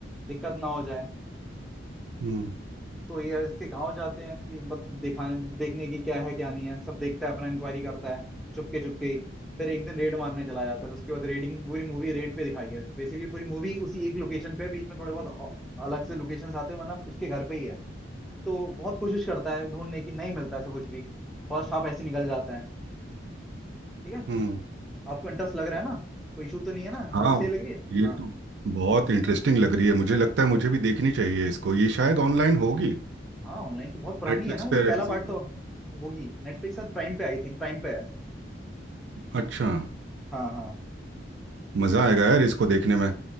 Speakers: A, in the centre; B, on the right.
A: दिक्कत ना हो जाए
B: हम्म
A: तो ये इसके गांव जाते हैं कि बत दिखाने देखने की क्या है क्या नहीं है सब देखता है अपना इंक्वायरी करता है चुपके चुपके ही फिर एक दिन रेड मारने चला जाता है फिर उसके बाद रेडिंग पूरी मूवी रेड पे दिखाई है बेसिकली पूरी मूवी उसी एक लोकेशन पे है, बीच में थोड़े बहुत औ- अलग से लोकेशंस आते हैं वरना उसके घर पे ही है तो बहुत कोशिश करता है ढूंढने की नहीं मिलता ऐसा कुछ भी फर्स्ट हाफ ऐसे निकल जाता है ठीक है
B: हम्म
A: आपको इंटरेस्ट लग रहा है ना कोई इशू तो नहीं है ना
B: हाँ
A: मूवी सही लग रही है
B: ये
A: हाँ
B: तो बहुत इंटरेस्टिंग लग रही है मुझे लगता है मुझे भी देखनी चाहिए इसको ये शायद ऑनलाइन होगी
A: हाँ ऑनलाइन तो बहुत पुरानी
B: नेटफ्लिक्स
A: है ना मूवी
B: पे
A: पहला
B: या किसी
A: पार्ट
B: पे
A: तो होगी नेटफ्लिक्स शायद प्राइम पे आई थिंक प्राइम पे है
B: अच्छा
A: हाँ हाँ
B: मज़ा आएगा यार इसको देखने में